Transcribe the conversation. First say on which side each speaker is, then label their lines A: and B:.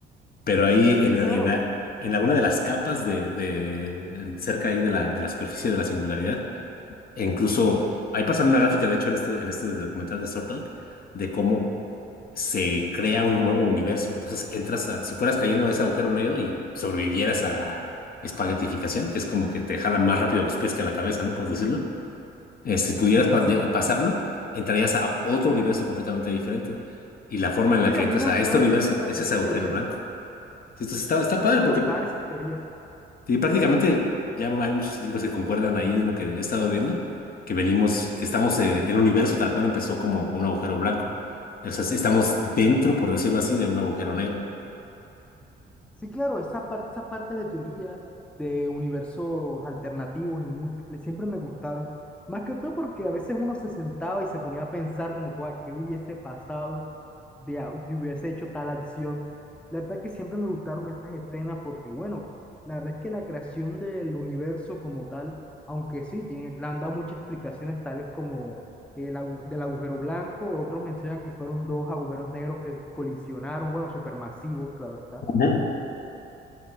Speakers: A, on the left; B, in the centre.
A: Pero ahí en,
B: Sí, claro,
A: en, la- en alguna de las capas de, de- cerca ahí de la, de la superficie de la singularidad, e incluso ahí pasan una gráfica, de hecho, en este, en este documental de Star Talk, de cómo se crea un nuevo universo. Entonces entras a, si fueras cayendo a ese agujero negro y sobrevivieras a la espaguetificación, que es como que te jalan más rápido los pies que la cabeza, ¿no? Por decirlo. Eh, si pudieras
B: sí, claro.
A: pas- pasarlo, entrarías a otro universo completamente diferente. Y la forma en la
B: Sí,
A: que
B: a
A: entras
B: mí me
A: a
B: gustaban
A: este universo
B: siempre esa-
A: es
B: esas
A: ese agujero
B: teorías.
A: blanco. Entonces está, está
B: mí siempre
A: padre
B: me
A: porque
B: gustaban esas teorías.
A: sí, prácticamente ya hay muchos científicos que concuerdan ahí en lo que he estado viendo, que venimos, que estamos, eh, el universo tal cual empezó como un agujero blanco. O sea, estamos dentro, por decirlo así, de un agujero negro.
B: Sí, claro, esa par- esas partes de teoría, de universos alternativos y múltiples, siempre me gustaron. Más que todo porque a veces uno se sentaba y se ponía a pensar como que, "Guau, qué hubiese pasado de, a- si hubiese hecho tal acción. La verdad que siempre me gustaron esas escenas porque, bueno, la verdad es que la creación del universo como tal, aunque sí, tiene, le han dado muchas explicaciones tales como el agu- del agujero blanco, otros mencionan que fueron dos agujeros negros que colisionaron, bueno, supermasivos, claro está
A: Ujú.